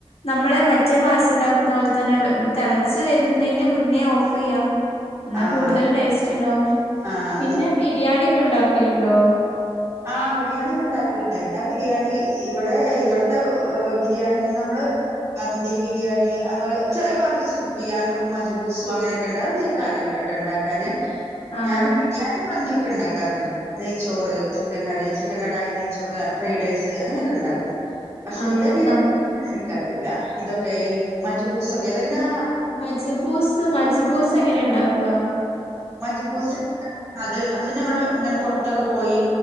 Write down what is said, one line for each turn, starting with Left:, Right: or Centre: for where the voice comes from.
Left: നമ്മളെ മറ്റേ പായസം ഉണ്ടാക്കുന്ന പോലെ തന്നെ തെളച്ച് വരുന്നതിന്റെ മുന്നേ ഓഫ് ചെയ്യാ എന്നാ
Right: ആഹ്
Left: കൂടുതൽ
Right: ആഹ്
Left: ടേസ്റ്റ് ഉണ്ടാവും
Right: ആഹ്
Left: പിന്നെ ബിരിയാണി ഒക്കെ ഉണ്ടാക്കലുണ്ടോ
Right: ആഹ് ബിരിയാണി ഒക്കെ ഇണ്ടാക്കലണ്ടെ ബിരിയാണി ഇവിടെ ഇവ്ടത്തെ ബിരിയാണി നമ്മള് മന്തി ബിരിയാണി അതുപോലെ ചെല ഭാഗത്ത്സുർബിയാനും മജ്ബൂസും അങ്ങനൊക്കെ ഉണ്ട് അതൊന്നും എനിക്കറിയുലട്ടൊ ഉണ്ടാക്കാന്
Left: ആഹ്
Right: ഞാന് ബിരിയാണി മന്തിയൊക്കെ ഉണ്ടാക്കാറുണ്ട് നെയ്ച്ചോറ് ചിക്കൻ കറി ചിക്കൻ കടായിനെയ്ച്ചോറ് ഫ്രൈഡ് റൈസ് അങ്ങനെയൊക്കെ ഉണ്ടാക്കും പക്ഷെ
Left: ആഹ്
Right: ഇതെങ്ങനെ
Left: നം
Right: എനിക്കറിയൂല്ല ഇതൊക്കെ ഈ മജ്ബൂസൊക്കെ അതെങ്ങനെ
Left: മജ്ബൂസ് മജ്ബൂസ് എങ്ങനെ ഉണ്ടാക്ക
Right: മജ്ബൂസ് ക്ക അത് അത് നമ്മടെ ഇങ്ങനെ പൊറത്തൊക്കെ പോയി